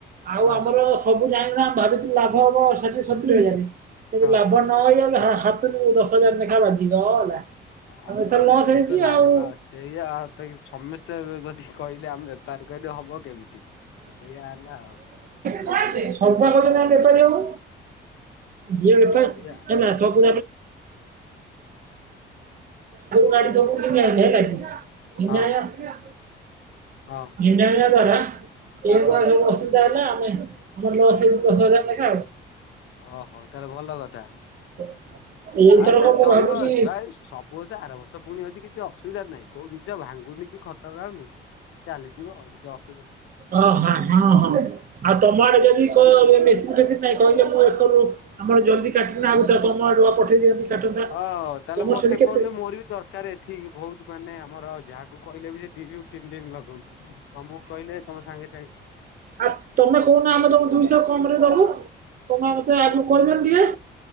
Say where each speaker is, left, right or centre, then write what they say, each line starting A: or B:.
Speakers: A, on the right (about 45°); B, on the left (about 75°).
A: ଆଉ
B: ହଁ
A: ଆମର ସବୁ ଗାଡ଼ି ଗୁଡା ବହୁତ ଲାଭ ହବ ଷାଠିଏ ସତୁରରି ହଜାର କିନ୍ତୁ
B: ହଁ।
A: ଲାଭ ନହେଲେ ଆମେ ହା ହାତରୁ ଦଶ ହଜାର ନଖେ ବାଜିଗଲା।
B: ଆଉ
A: ଏଥର
B: କଣ
A: ଲସ୍
B: ସେଇ
A: ହେଇଛି
B: ତ ଲାଭ
A: ଆଉ। ହଁ
B: ସେଇଆ ତ ସମସ୍ତେ ଯଦି କହିଲେ ଆମେ ତାରିକରେ ହବ କେମିତି ସେଇଆ ହେଲା ଆଉ।
A: ସବୁ ପା କହୁଚନ୍ତି ଆମେ ବେପାରି ହୋ। ଯିଏ
B: ଆଉ
A: ଯେତେ
B: ସେଇଆ
A: <unintelligible> ସେ ଆଗକୁ ଗାଡି ସବୁ ମେନଣ୍ଢେଇଲା କିଏ କିନ୍ତି
B: ହଁ
A: ଜାଣିବା?
B: ହଁ।
A: ଏହା ଦ୍ଵାରା ଏ
B: ହଁ
A: ଭଳିଆ ସବୁ ଅସୁବିଧା ହେଲା ଆମେ ମୋର ଲସ୍ ହେଇଛି ଦଶହଜାରେ ନେଖା ଆଉ।
B: ଓହୋ ତାହେଲେ ଭଲ କଥା।
A: <unintelligible>
B: ଆଏ ତ
A: ମୁଁ
B: ଚଳିବ
A: ଭାବୁଛି
B: ଯ ସବୁ ବର୍ଷ ଆର ବର୍ଷ ପୁଣି ଅଛି କିଛି ଅସୁବିଧା ନାହିଁ କୋଉ ଜିନିଷ ଭାଙ୍ଗୁନି କି ଖ ତ ଯାଉନି ଚାଲିଯିବ ଆଉ କିଛି ଅସୁବିଧା
A: ଓହାଁ ହଁ ହଁ ଆଉ ତମ ଆଡେ ଯଦି କ ଜେ ସି ବି ଫେ ସି ବି ନାହିଁ କହିଲେ ମୁ ଏକରୁ ଆମର ଜଲ୍ଦୀ କାଟିକିନା ଆଗତୁରା ତମ ଆଡୁଆ ପଠେଇ ଦିଅନ୍ତି। କାଟନ୍ତା।
B: ହଁ ତାହେଲେ
A: ତମର
B: ମତେ
A: ସେଠି କେତେ?
B: କୁହନି ମୋର ବି ଦରକାର ଏଥି ବହୁତ ମାନେ ଆମର ଯାହାକୁ କହିଲେ ବି ଦି ଦିନରୁ ତିନି ଦିନ ଲଗଉଛି ତମକୁ କହିଲେ ତମେ ସାଙ୍ଗେ ସାଙ୍ଗେ
A: ଆଉ ତମେ କହୁନା ଆମେ ତମ ଦୁଇଶହ କମରେ ଦବୁ ତମେ ମତେ ଆଗରୁ କହିଲନି ଟିକେ।